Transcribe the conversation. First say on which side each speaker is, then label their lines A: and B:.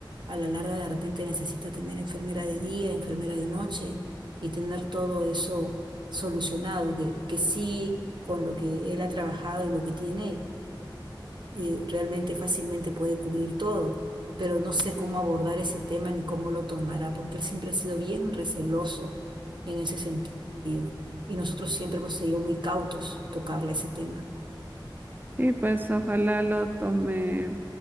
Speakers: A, on the right; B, on the right.
A: A la larga de repente necesita tener enfermera de día, enfermera de noche y tener todo eso solucionado, que, que sí, con lo que él ha trabajado y lo que tiene, eh, realmente fácilmente puede cubrir todo. Pero no sé cómo abordar ese tema ni cómo lo tomará, porque él siempre ha sido bien receloso en ese sentido. Y nosotros siempre hemos sido muy cautos tocarle ese tema.
B: Y pues ojalá lo tome